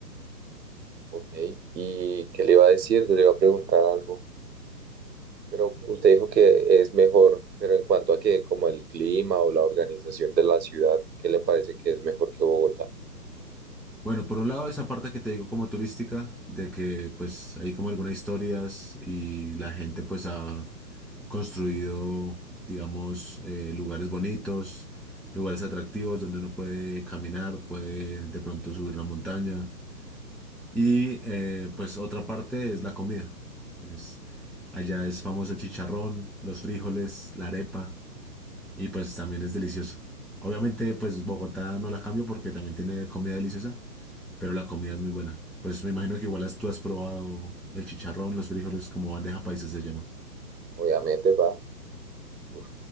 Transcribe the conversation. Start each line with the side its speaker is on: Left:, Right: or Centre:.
Right: Ok. ¿Y qué le iba a decir? Yo le iba a preguntar algo. Pero usted dijo que es mejor, pero en cuanto a qué, como el clima o la organización de la ciudad, ¿qué le parece que es mejor que Bogotá?
Centre: Bueno, por un lado esa parte que te digo como turística, de que pues hay como algunas historias y la gente pues ha construido, digamos, eh, lugares bonitos, lugares atractivos donde uno puede caminar, puede de pronto subir una montaña. Y eh, pues otra parte es la comida. Es, allá es famoso el chicharrón, los frijoles, la arepa y pues también es delicioso. Obviamente, pues Bogotá no la cambio porque también tiene comida deliciosa, pero la comida es muy buena. Pues me imagino que igual has- tú has probado el chicharrón, los frijoles, como bandeja paisa se llama.
Right: Obviamente, va. Uf,